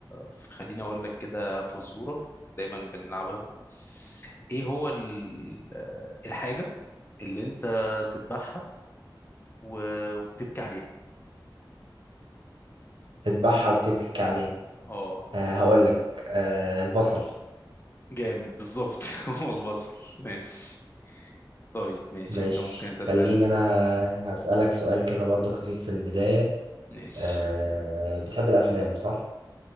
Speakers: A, on the left; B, on the right.
A: فخليني اقول لك كده فزوره دايما بنلعبها ايه هو ال- آه، الحاجه اللي انت تذبحها و... وبتبكي عليها
B: بتذبحها وبتبكي عليها
A: اه
B: أه هقول لك أه البصل
A: جامد بالظبط <laughs> هو البصل ماشي طيب ماشي
B: ماشي
A: انت ممكن انت تسأل
B: خليني انا هسألك سؤال كده برضو خفيف في البداية
A: ماشي
B: أه بتحب الافلام صح